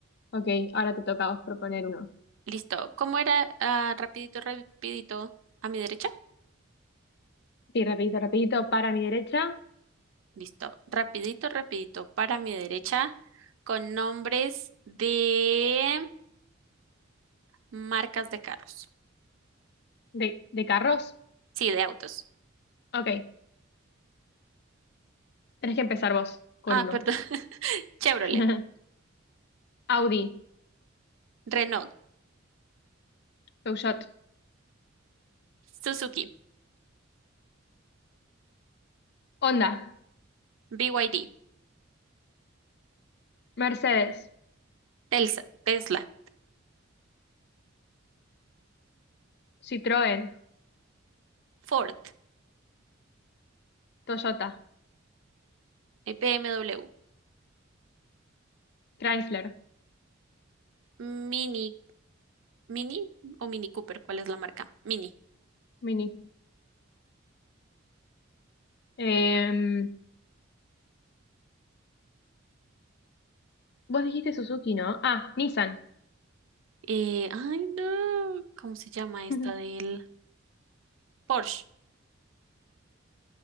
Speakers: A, on the left; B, on the right.
A: Ok, ahora te toca a vos proponer uno.
B: Listo. ¿Cómo era? Ah, rapidito, rapidito. ¿A mi derecha?
A: Sí, rapidito, rapidito, para mi derecha,
B: Listo. Rapidito, rapidito. Para mi derecha. Con nombres de marcas de carros.
A: de, de carros.
B: Sí, de autos.
A: Ok, tenés que empezar vos con
B: Ah,
A: uno.
B: perdón. <laughs> Chevrolet,
A: <laughs> Audi,
B: Renault,
A: Peugeot,
B: Suzuki,
A: Honda,
B: BYD,
A: Mercedes,
B: Telsa- Tesla,
A: Citroën,
B: Ford,
A: Toyota,
B: eh, BMW,
A: Chrysler,
B: Mini Mini o Mini Cooper, ¿cuál es la marca? Mini.
A: Mini. Em, vos dijiste Suzuki, ¿no? Ah, Nissan.
B: Eh, ay, no. ¿Cómo se llama
A: <laughs>
B: esta del Porsche?